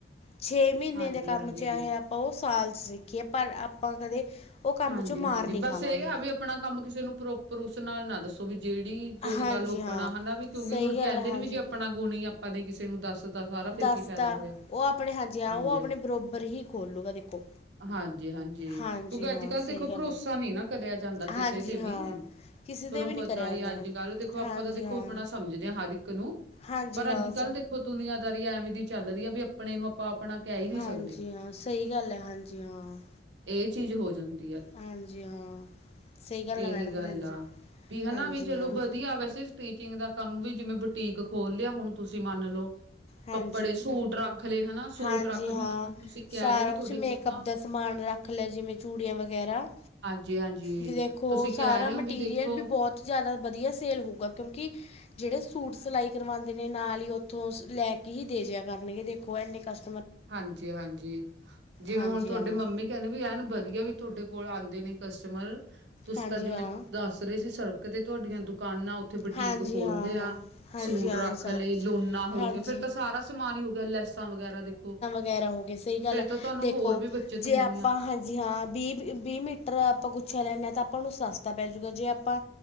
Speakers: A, on the left; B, on the right.
A: ਛੇ ਮਹੀਨੇ
B: ਹਾਂਜੀ-ਹਾਂਜੀ
A: ਦੇ ਕੰਮ ਚ ਆ ਆਪਾਂ ਉਹ ਸਾਲ ਚ ਸਿੱਖੀਏ ਪਰ ਆਪਾਂ ਕਦੇ ਉਹ ਕੰਮ
B: ਹਾਂਜੀ-ਹਾਂਜੀ
A: 'ਚੋਂ ਮਾਰ ਨਹੀਂ
B: ਬਸ
A: ਖਾਵਾਂਗੇ
B: ਇਹ ਆ ਵੀ ਆਪਣਾ ਕੰਮ ਕਿਸੇ ਨੂੰ ਪ੍ਰੋਪਰ ਉਸ ਨਾਲ ਨਾ ਦੱਸੋ ਵੀ ਜਿਹੜੀ ਜੋਲ
A: ਹਾਂਜੀ
B: ਗੱਲ ਆਪਣਾ
A: ਹਾਂ
B: ਹਨਾ, ਵੀ ਕਿਉਂਕਿ
A: ਸਹੀ
B: ਹੁਣ
A: ਗੱਲ
B: ਕਹਿੰਦੇ
A: ਹੈ ਹਾਂਜੀ
B: ਨੇ ਵੀ ਜੇ ਆਪਣਾ ਗੁਣ ਹੀ ਆਪਾਂ ਦੇ ਕਿਸੇ ਨੂੰ ਦੱਸ ਤਾ ਸਾਰਾ ਫਿਰ
A: ਦੱਸਤਾ
B: ਕੀ ਫਾਇਦਾ ਹੋਇਆ
A: ਉਹ ਆਪਣੇ ਹਜੇ ਆ
B: ਹਾਂਜੀ
A: ਉਹ ਆਪਣੇ ਬਰੋਬਰ ਹੀ ਖੋਲੂਗਾ ਦੇਖੋ।
B: ਹਾਂਜੀ-ਹਾਂਜੀ,
A: ਹਾਂਜੀ
B: ਕਿਉਂਕਿ ਅੱਜ-ਕੱਲ੍ਹ
A: ਹਾਂ
B: ਦੇਖੋ
A: ਸਹੀ ਗੱਲ
B: ਭਰੋਸਾ
A: ਹੈ
B: ਨੀ ਨਾ ਕਰਿਆ ਜਾਂਦਾ ਕਿਸੇ
A: ਹਾਂਜੀ
B: ਤੇ ਵੀ।
A: ਹਾਂ ਕਿਸੇ
B: ਤੁਹਾਨੂੰ
A: 'ਤੇ ਵੀ
B: ਪਤਾ
A: ਨਹੀਂ ਕਰਿਆ
B: ਈ
A: ਜਾਂਦਾ
B: ਅੱਜ-ਕੱਲ੍ਹ
A: ਮੈਮ
B: ਦੇਖੋ ਆਪਾਂ
A: ਹਾਂਜੀ
B: ਤਾਂ ਦੇਖੋ,
A: ਹਾਂ
B: ਆਪਣਾ ਸਮਝਦੇ ਹਾਂ ਹਰ ਇੱਕ ਨੂੰ।
A: ਹਾਂਜੀ
B: ਪਰ
A: ਹਾਂ
B: ਅੱਜ-ਕੱਲ੍ਹ
A: ਸ
B: ਦੇਖੋ ਦੁਨੀਆਂਦਾਰੀ ਐਵੇਂ ਦੀ ਚੱਲ ਰਹੀ ਐ, ਵੀ ਆਪਣੇ ਨੂੰ ਆਪਾਂ ਆਪਣਾ ਕਹਿ ਹੀ ਨਹੀਂ
A: ਹਾਂਜੀ
B: ਸਕਦੇ
A: ਹਾਂ ਸਹੀ ਗੱਲ ਐ, ਹਾਂਜੀ ਹਾਂ।
B: ਇਹ ਚੀਜ਼ ਹੋ ਜਾਦੀ।
A: ਹਾਂਜੀ ਹਾਂ। ਸਹੀ ਗੱਲ ਹੈ
B: ਏਹ
A: ਮੈਡਮ
B: ਗੱਲ
A: ਹਾਂਜੀ
B: ਐ,
A: ਹਾਂਜੀ
B: ਵੀ ਚਲੋ
A: ਹਾਂ
B: ਵਧੀਆ ਹਨਾ ਵੈਸੇ। ਟੀਚਿੰਗ ਦਾ ਕੰਮ ਵੀ ਜਿਵੇਂ, ਬੁਟੀਕ ਖੋਲ ਲਿਆ ਹੁਣ ਤੁਸੀਂ ਮੰਨ ਲੌ।
A: ਹਾਂਜੀ
B: ਕੱਪੜੇ ਸੂਟ ਰੱਖ ਲਏ ਹਨਾ ਸੂਟ
A: ਹਾਂਜੀ
B: ਰੱਖ,
A: ਹਾਂ
B: ਜਿਵੇਂ ਹੁਣ ਤੁਸੀਂ ਕਹਿ
A: ਸਾਰਾ
B: ਰਹੇ ਹੋ ਵੀ
A: ਕੁਛ
B: ਤੁਹਾਡੀ
A: ਮੇਕਅਪ
B: ਮੰਮਾ
A: ਦਾ ਸਮਾਨ ਰੱਖ ਲੈ ਜਿਵੇਂ ਚੂੜੀਆਂ ਵਗੈਰਾ।
B: ਹਾਂਜੀ ਹਾਂਜੀ
A: ਵੀ ਵੇਖੋ
B: ਤੁਸੀਂ
A: ਸਾਰਾ
B: ਕਹਿ ਰਹੇ
A: ਮਟੀਰੀਅਲ
B: ਹੋ ਦੇਖੋ
A: ਵੀ ਬਹੁਤ ਜਿਆਦਾ ਵਧੀਆ ਸੇਲ ਹੋਊਗਾ, ਕਿਉਂਕਿ ਜਿਹੜੇ ਸੁ ਸੂਟ ਸਿਲਾਈ ਕਰਵਾਦੇ ਨੇ ਨਾਲ ਹੀ ਉੱਥੋਂ ਲੈਕੇ ਹੀ ਦੇ ਜਿਆ ਕਰਨਗੇ ਦੇਖੋ, ਇੰਨੇ ਕਸ
B: ਹਾਂਜੀ-ਹਾਂਜੀ, ਜਿਵੇਂ
A: ਹਾਂਜੀ
B: ਹੁਣ ਤੁਹਾਡੀ
A: ਹਾਂ
B: ਮੰਮੀ ਕਹਿੰਦੇ ਵੀ ਐਨ ਵਧੀਆ ਵੀ ਤੁਹਾਡੇ ਕੋਲ ਆਦੇ ਨੇ ਕਸਟਮਰ ਤੁਸੀ
A: ਹਾਂਜੀ
B: ਤਾਂ ਜਿਵੇਂ
A: ਹਾਂ
B: ਦੱਸ ਰਹੇ ਸੀ ਸ ਕਦੇ ਤੁਹਾਡੀਆਂ ਦੁਕਾਨਾਂ ਔ ਉੱਥੇ ਬੁਟੀਕ
A: ਹਾਂਜੀ
B: ਖੋਲਦੇ
A: ਹਾਂ ਹਾਂ
B: ਆ
A: ਹਾਂਜੀ
B: ਸੂਟ
A: ਹਾਂ
B: ਰੱਖ
A: ਸਾਰਾ
B: ਲਏ
A: ਕੁਛ
B: ਲੋੋਨਾ ਹੋ
A: ਹਾਂਜੀ
B: ਗਿਆ, ਫਿਰ ਤਾਂ ਸਾਰਾ ਸਮਾਨ ਹੀ ਹੋ ਗਿਆ ਲੈਸ ਤਾਂ ਵਗੈਰਾ ਦੇਖੋ।
A: ਵੇਰਾ ਹੋ ਗਏ ਸਹੀ ਗੱਲ
B: ਫੇਰ
A: ਅ
B: ਤਾਂ ਤੁਹਾਨੂੰ
A: ਦੇਖੋ,
B: ਹੋਰ ਵੀ ਬੱਚਤ
A: ਜੇ
B: ਹੋਣੀ
A: ਆਪਾਂ
B: ਆ
A: ਹਾਂਜੀ ਹਾਂ ਬੀਹ ਬੀਹ ਮੀਟਰ ਆਪਾਂ ਗੂ ਚਲ ਏਨਾ ਤਾ ਆਪਾ ਨੂੰ ਸੱਸ ਤਾ ਪੈ ਜੂਗਾ ਜੇ ਆਪਾਂ